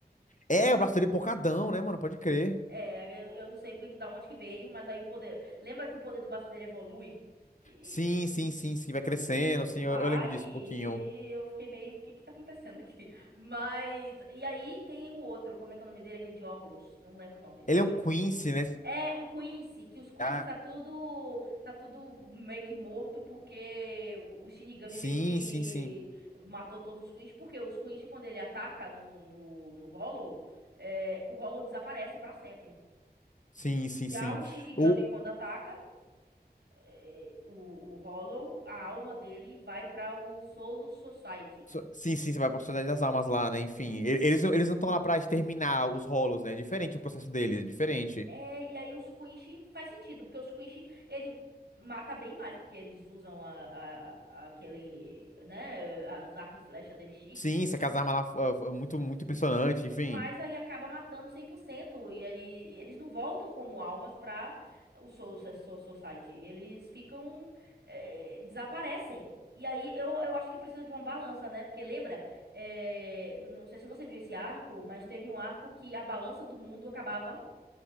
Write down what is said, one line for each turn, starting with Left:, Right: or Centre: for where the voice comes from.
Left: É, o braço dele é pocadão, né, mano? Pode crer.
Right: É, eu, eu não sei o que- da onde que veio, mas aí o poder. Lembra que o poder do braço dele evolui? E-
Left: Sim,
Right: e-
Left: sim, sim, sim, vai crescendo, sim,
Right: vai,
Left: eu, eu lembro disso
Right: e
Left: um pouquinho.
Right: aí eu fiquei meio, o que que tá acontecendo aqui? <laughs> Mas. E aí tem o outro, como é que é o nome dele? Aquele de óculos. Não lembro o nome, só
Left: Ele
Right: sei
Left: é um Quincy, né?
Right: É um Quincy, que os Quincy
Left: Ah,
Right: tá tudo, tá tudo meio que morto porque o, o Shinigami
Left: sim,
Right: meio que
Left: sim, sim.
Right: matou todos os Quincy, porque os Quincy quando ele ataca no, no, no Hollow, é, o Hollow desaparece pra sempre.
Left: Sim, sim,
Right: Já
Left: sim.
Right: o Shinigami
Left: O...
Right: quando ataca é, o, o Hollow, a alma dele vai pra o Solo Society.
Left: so- Sim, sim, você vai pra Sociedade das Almas lá, né? Enfim, e- eles, não- eles não estão lá pra exterminar os rolos, né? É diferente o processo deles, é diferente.
Right: É, e aí os Quinch faz sentido, porque os Quinch, ele mata bem mais, porque eles usam a, a- aquele, né, a- os arco e flecha dele chique,
Left: Sim, se aquelas armas lá fo- muito, muito impressionante,
Right: mas
Left: enfim.
Right: aí acaba matando 100% e aí eles não voltam como almas pra o Soul So- So- Society, eles ficam, é, desaparecem. E aí eu, eu acho que precisa de uma balança, né? Porque lembra, é, não sei se você viu esse arco, mas teve um arco que a balança do mundo acabava